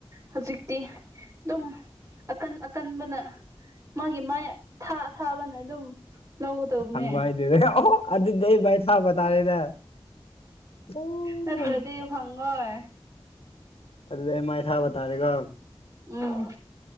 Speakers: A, on the right; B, on the left.
A: ꯍꯧꯖꯤꯛꯇꯤ ꯑꯗꯨꯝ ꯑꯀꯟ ꯑꯀꯟꯕꯅ ꯃꯥꯒꯤ ꯃꯥꯥꯏ ꯊꯥ ꯊꯥꯕꯅ ꯑꯗꯨꯝ ꯂꯧꯒꯗꯧꯕꯅꯦ
B: ꯍꯪꯕ ꯍꯥꯏꯗꯨꯔꯦ ꯑꯣ ꯑꯗꯨꯗꯤ ꯑꯩ ꯚꯥꯏ ꯊꯥꯕ ꯇꯥꯔꯦꯅꯦ ꯑꯣ
A: ꯅꯠꯇꯗꯤ ꯐꯪꯉꯣꯏ
B: ꯑꯗꯨꯗꯤ ꯑꯩ ꯃꯥꯏ ꯊꯥꯕ ꯇꯥꯔꯦꯒꯣ
A: ꯎꯝ